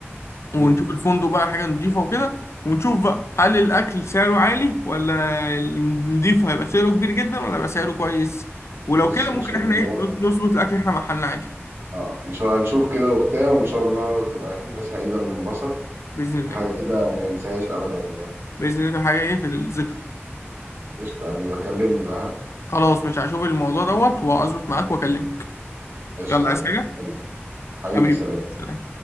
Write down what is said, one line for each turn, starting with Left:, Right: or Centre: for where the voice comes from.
Right: امم
Left: ونشوف الفندق بقى حاجة نضيفة وكده ونشوف بقى هل الاكل سعره عالي ولا النضيف هيبقى سعره كبير جدا ولا هيبقى سعره كويس ولو
Right: بص
Left: كده ممكن
Right: ان شاء
Left: احنا
Right: الله
Left: ايه نظبط الاكل احنا محلنا عادي
Right: اه ان شاء الله هنشوف كده وبتاع وان شاء الله تبقى رحله سعيده وننبسط
Left: بإذن الله
Right: وحاجه كده ما ننساهاش ابدا يعني
Left: بإذن الله حاجة إيه في الذكرى
Right: قشطه يا حبيبي بكلمني بقى ها؟
Left: خلاص مش هشوف الموضوع دوت واظبط معاك واكلمك
Right: قشطه
Left: يلا عايز
Right: يا حبيبي.
Left: حاجة
Right: يلا. حبيبي
Left: حبيبي
Right: سلام
Left: سلام